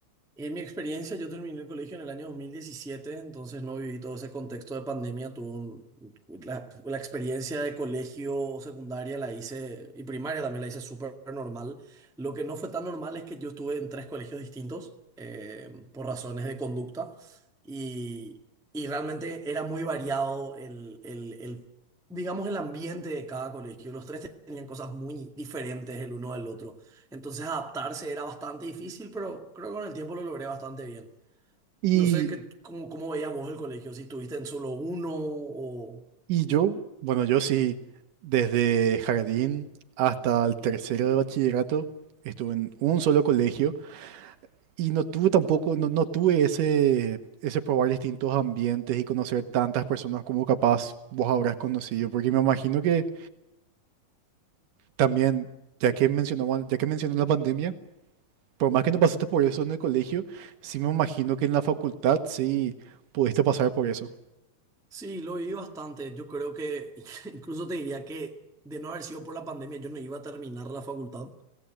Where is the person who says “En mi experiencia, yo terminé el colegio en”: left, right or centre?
Centre